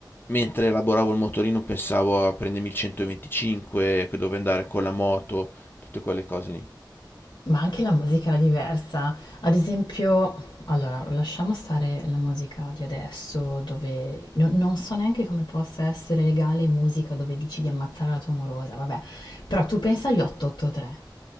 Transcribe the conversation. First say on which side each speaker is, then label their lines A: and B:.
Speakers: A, on the left; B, on the left.
A: mentre elaboravo il motorino pensavo a prendermi il 125, dove andare con la moto, tutte quelle cose lì.
B: Ma anche la musica era diversa. Ad esempio, allora, lasciamo stare la musica di adesso, dove no- non so neanche come possa essere legale musica dove dici di ammazzare la tua morosa, vabbè. Però tu pensa agli 883.